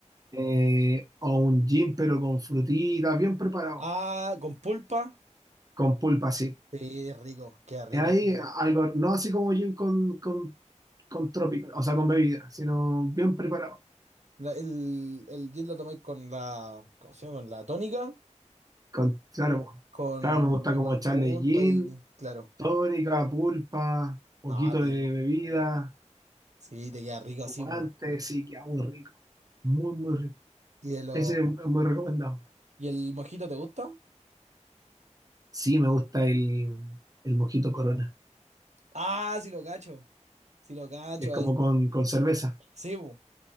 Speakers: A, on the right; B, on the right.
A: Eh, o un gin, pero con frutitas, bien preparado,
B: Ah, con pulpa,
A: con pulpa, sí.
B: sí, es rico, queda rico.
A: Hay
B: sí.
A: algo, no así como gin con, con con trópico, o sea, con bebida, sino bien preparado.
B: La- el, el gin lo tomáis con la, ¿cómo se llama? Con la tónica.
A: Con, claro, po.
B: Con,
A: claro, me gusta
B: y
A: como
B: con
A: echarle
B: pulpa
A: gin,
B: y claro.
A: tónica, pulpa, poquito
B: No, rico.
A: de bebida,
B: Sí, te queda rico
A: espumante,
B: así, po.
A: sí, que muy rico. Muy, muy rico.
B: ¿Y de los
A: Ese es muy recomendado.
B: ¿Y el mojito te gusta?
A: Sí, me gusta el, el mojito Corona.
B: Ah, sí lo cacho. Sí lo cacho.
A: Es como
B: Ahí.
A: con, con cerveza.
B: Sí, po.